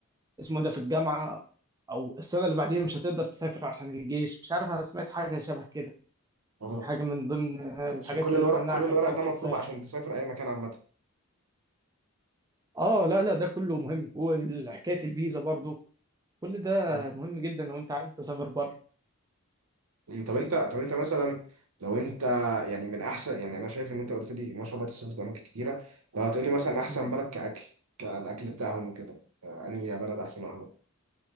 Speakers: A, on the right; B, on the right.
A: اسمه ده في الجامعه او السنه اللي بعديها مش هتقدر تسافر عشان الجيش مش عارف انا سمعت حاجه شبه كده
B: اه
A: يعني حاجه من ضمن الحاجات
B: بس كل
A: اللي
B: الورق
A: تمنعك
B: كل الورق
A: انك انت
B: ده مطلوب
A: تسافر
B: عشان تسافر اي مكان عامه
A: اه لا لا ده كله مهم وحكايه الفيزا برضو كل ده
B: أمم،
A: مهم جدا لو انت عايز تسافر بره
B: طب انت طب انت مثلا لو انت يعني من احسن يعني انا شايف ان انت قلت لي ما شاء الله تسافر اماكن كتيره لو هتقول لي مثلا احسن
A: م.
B: بلد كاكل كالاكل بتاعهم وكده آه، انهي بلد احسن واحده